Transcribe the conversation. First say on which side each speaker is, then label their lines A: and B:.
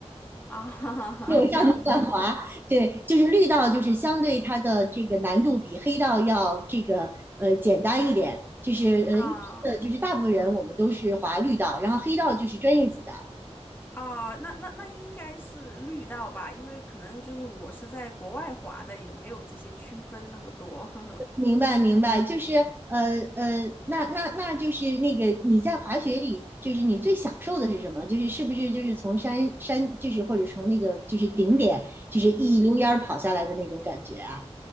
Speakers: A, on the left; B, on the right.
A: 啊，<laughs> 哈哈哈，
B: 就我上去乱滑。
A: 这样子
B: 对，就是绿道就是相对它的这个难度比黑道要这个呃简单一点，就是呃一般的就是大部分人我们都是滑绿道，
A: 啊
B: 然后黑道就是专业级的。
A: 啊，那那那应该是绿道吧，因为可能就是我是在国外滑的，也没有这些区分那么多。<laughs>
B: 明白明白，就是呃呃，那那那就是那个你在滑雪里，就是你最享受的是什么？就是是不是就是从山山，就是或者从那个就是顶点，就是一溜烟儿跑下来的那种感觉啊？